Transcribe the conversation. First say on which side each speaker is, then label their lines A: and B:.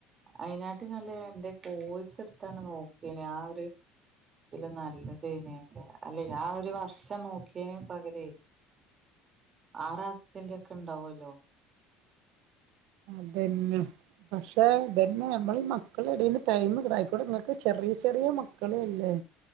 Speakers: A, on the right; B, on the right.
A: അയിനാട്ടിലും നല്ലത് എന്തേ കോഴസ് എടുത്താണ് നോക്കേനു ആ ഒരു ഇതിലും നല്ലതേനേ. അല്ല ആ ഒരു വർഷം നോക്കീന് പകരെയ് ആറ് മാസത്തിന്റെ ഒക്കെ ഉണ്ടാവോല്ലോ.
B: അതന്നെ പക്ഷെ തന്നെ നമ്മൾ മക്കള എടേന്ന് ടൈ അയ്ക്കോടെ നിങ്ങക്ക് ചെറിയ ചെറിയ മക്കള അല്ലേ